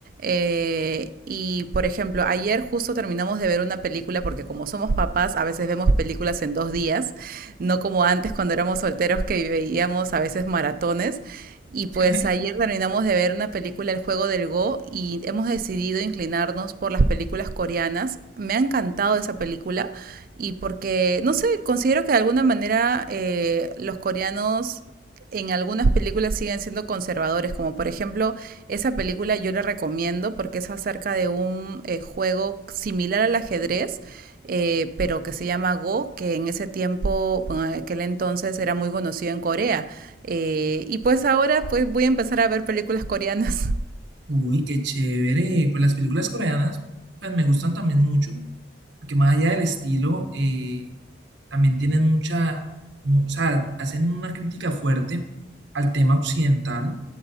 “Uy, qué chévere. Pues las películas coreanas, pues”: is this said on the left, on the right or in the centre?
Right